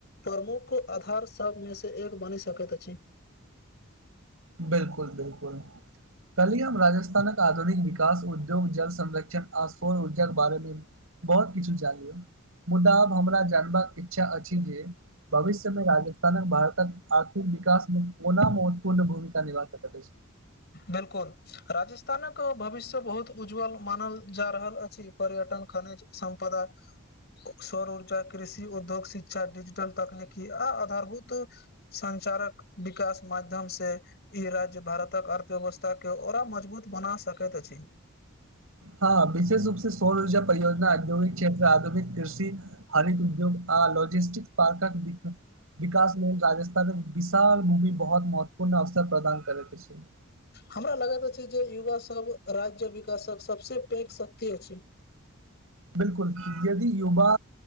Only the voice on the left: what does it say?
प्रमुख आधार सभमे से एक बनी सकेत अछि।
बिलकुल राजस्थानक भविष्य बहुत उज्ज्वल मानल जा रहल अछि पर्यटन, खनिज सम्पदा सौर ऊर्जा, कृषि, उद्योग, शिक्षा, डिजिटल तकनीकी आ आधारभूत संचारक विकास माध्यम से ई राज्य भारत तक अर्थव्यवस्थाके ओरा मजबूत बना सकेत अछी।
हमरा लगत अछि जे युवा सब राज्य विकासक सबस पैघ शक्ति अछि।